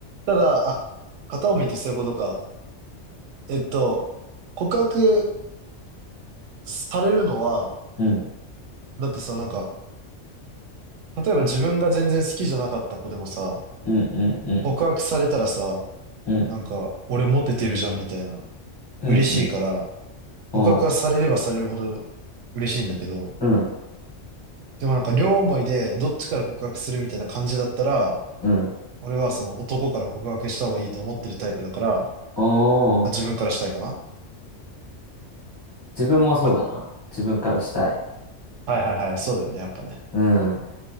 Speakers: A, on the right; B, on the left.
A: ただ、あ、片思いってそういうことか。えっと、告白されるのは、
B: うん、
A: だってさ、なんか、例えば自分が全然好きじゃなかった子でもさ、
B: うん、うん、うん、
A: 告白されたらさ、
B: うん、
A: なんか、俺モテてるじゃんみたいな。
B: うん、
A: 嬉しいから、
B: うん。おー、
A: 告白がされればされるほど嬉しいんだけど、
B: うん、
A: でもなんか両思いでどっちから告白するみたいな感じだったら、
B: うん。
A: 俺はその男から告白した方がいいと思ってるタイプだから、
B: お
A: まあ、自分からしたいかな。
B: ー、自分もそうだな。
A: ま
B: 自分からしたい。
A: あ、はいはいはい、そうだよね、やっぱね。
B: うん。